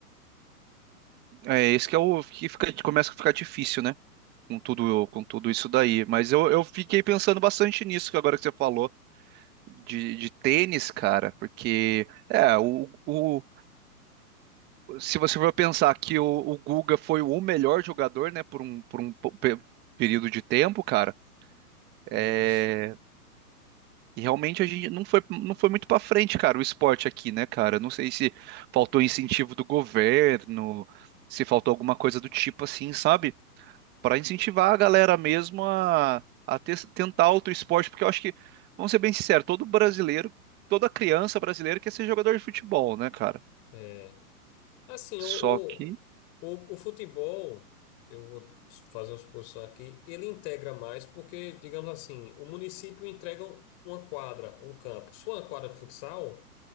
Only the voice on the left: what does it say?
isso.
é. Assim, o,
o, o, o futebol, eu vou fazer uma suposição aqui, ele integra mais porque, digamos assim, o município entrega um, uma quadra, um campo. Se for uma quadra de futsal,